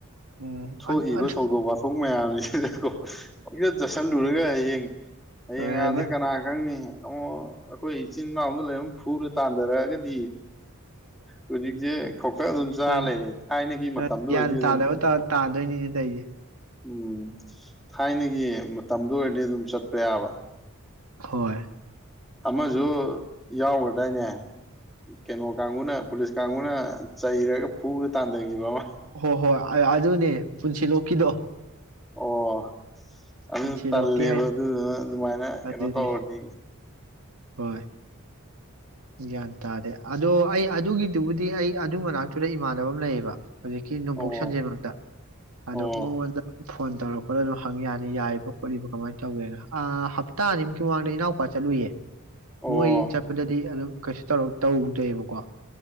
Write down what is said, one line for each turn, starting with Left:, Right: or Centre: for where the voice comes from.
Right: ꯎꯝ
Centre: ꯊꯣꯛꯏꯕ
Right: ꯑꯟ ꯑꯟ
Centre: ꯊꯧꯗꯣꯛ ꯋꯥꯊꯣꯛ ꯃꯌꯥꯝꯁꯤꯗꯀꯣ ꯄꯪꯆꯠ ꯆꯠꯁꯤꯜꯂꯨꯔꯒ ꯍꯌꯦꯡ ꯍꯌꯦꯡ
Right: ꯃꯥꯅꯤ
Centre: ꯑꯥꯗ ꯀꯅꯥ ꯈꯪꯅꯤ ꯑꯃꯝ ꯑꯩꯈꯣꯏ ꯏꯆꯤꯟ - ꯏꯅꯥꯎ ꯑꯃ ꯂꯩꯔ ꯐꯨꯔ ꯇꯥꯟꯊꯔꯛꯑꯒꯗꯤ ꯍꯧꯖꯤꯛꯁꯦ ꯈꯛꯇꯪ ꯑꯗꯨꯝ ꯆꯥ
Right: ꯃꯥꯅꯤ
Centre: ꯂꯩꯔꯦ ꯊꯥꯏꯅꯒꯤ
Right: ꯃꯥꯅꯤ
Centre: ꯃꯇꯝꯗ ꯑꯣꯏꯔꯗꯤ
Right: ꯒ꯭ꯌꯥꯟ
Centre: ꯑꯗꯨꯝ
Right: ꯇꯥꯗꯕ <unintelligible>
Centre: ꯎꯝ ꯊꯥꯏꯅꯒꯤ ꯃꯇꯝꯗꯨ ꯑꯣꯏꯔꯗꯤ ꯑꯗꯨꯝ ꯆꯠꯄ ꯌꯥꯕ꯫
Right: ꯍꯣꯏ꯫
Centre: ꯑꯃꯖꯨ ꯌꯥꯎꯒꯗꯏꯅꯦ ꯀꯩꯅꯣ ꯀꯥꯡꯕꯨꯅ ꯄꯨꯂꯤꯁ ꯀꯥꯡꯕꯨꯅ ꯆꯩꯔꯒ ꯐꯨꯗ ꯇꯥꯟꯊꯈꯤꯕ ꯑꯃ꯫
Right: ꯍ ꯍꯣꯏ ꯑꯗꯨꯅꯦ ꯄꯨꯟꯁꯤ ꯂꯣꯛ ꯀꯤꯗꯣ꯫
Centre: ꯑꯣ ꯑꯗꯨ
Right: ꯄꯨꯟꯁꯤꯂꯣꯛꯀꯤ
Centre: ꯇꯜꯂꯦꯕ
Right: ꯍꯥꯏꯗꯣ
Centre: ꯑꯗꯨꯗꯨꯅ ꯑꯗꯨꯃꯥꯏꯅ ꯀꯩꯅꯣ
Right: ꯑꯗꯨꯅꯤ
Centre: ꯇꯧꯔꯗꯤ
Right: ꯍꯣꯏ꯫ ꯒ꯭ꯌꯥꯟ ꯇꯥꯗꯦ ꯑꯗꯣ ꯑꯩ ꯑꯗꯨꯒꯤꯗꯨꯕꯨꯗꯤ ꯑꯩ ꯑꯗꯨ ꯃꯅꯥꯛꯇꯨꯗ ꯏꯃꯥꯟꯅꯕ ꯑꯃ ꯂꯩꯌꯦꯕ ꯍꯧꯖꯤꯛꯀꯤ ꯅꯣꯡꯄꯣꯛ
Centre: ꯑꯣ
Right: ꯁꯟꯖꯦꯜꯃꯛꯇ ꯑꯗꯣ
Centre: ꯑꯣ
Right: ꯃꯉꯣꯟꯗ ꯐꯣꯟ ꯇꯧꯔ ꯈꯣꯠꯂꯒ ꯑꯗꯨꯝ ꯍꯪ ꯌꯥꯅꯤ ꯌꯥꯔꯤꯕ ꯈꯣꯠꯂꯤꯕ ꯀꯃꯥꯏꯅ ꯇꯧꯒꯦꯅ ꯑ ꯍꯞꯇꯥ ꯑꯅꯤꯃꯨꯛꯀꯤ ꯃꯃꯥꯡꯗ ꯏꯅꯥꯎꯄꯥ ꯆꯠꯂꯨꯌꯦ꯫
Centre: ꯑꯣ
Right: ꯃꯣꯏ ꯑꯩ ꯆꯠꯄꯗꯗꯤ ꯑꯗꯨꯝ ꯀꯩꯁꯨ ꯇꯧꯔ ꯇꯧꯗꯦꯕꯀꯣ꯫